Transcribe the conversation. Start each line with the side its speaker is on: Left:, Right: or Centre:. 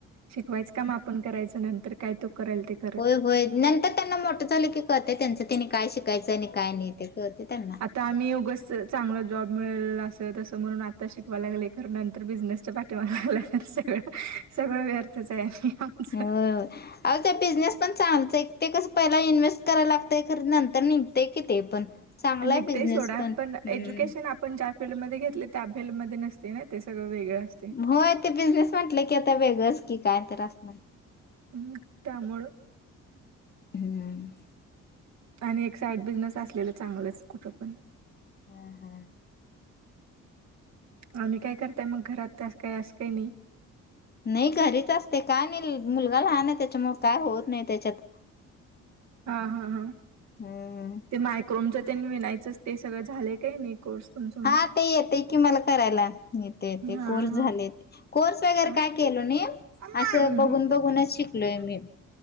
Right: शिकवायचं काम आपण करायचं नंतर काय तो करेल ते करत
Left: होय होय नंतर त्यांना मोठं झालं की कळतय त्यांचं त्यांनी काय शिकायचं आणि काय नाही ते कळते त्यांना
Right: आ आम्ही योगं चांगलं जॉब मिळेल असं तसं म्हणून आता शिकवाय लागले खरं नंतर बिझनेस पाठी मारला सगळ सगळ व्यर्थ आणि आमचं
Left: होय अ त्या बिझनेस पण चांगलत ते कसं पहिला इन्व्हेस्ट करायला लागतंय खर नंतर निघतय कि ते पण चांगला
Right: निघते
Left: आहे बिझनेस
Right: सोडा पण
Left: हम्म
Right: एज्युकेशन आप आपण ज्या फीलल्डमध्येध्ये घेतले त्या फिल्डमध्येध्ये नसते ना ते सगळं वेगळं असतं
Left: हो ते बिझनेस म्हटलं की आता वेगंच की काय तर असणार
Right: हम्म त्यामुळे
Left: हम्म.
Right: आणि एक साईड बिझनेस असलेलं चांगलंच कुठं पण
Left: हा हा
Right: आणि काय करताय मग घरात त्यास काही असं काही नाही
Left: नाही घरीच असते काय नाही मुलगा लहान आहे त्याच्यामुळे काय होत नाही त्याच्यात
Right: हा हा हा
Left: हम्म
Right: ते मायक्रोमच्या त्यांनी विनायचंच ते सगळं झाले काही नाही. कोर्स तुमचा
Left: हा ते येते कि मला करायला ते येते
Right: हा
Left: कोर्स
Right: हा
Left: झाले कोर्स वगैरे
Right: हा
Left: काय केलो न
Right: हम्म
Left: असं
Right: हम्म.
Left: बघून बघूनच शिकलोय मी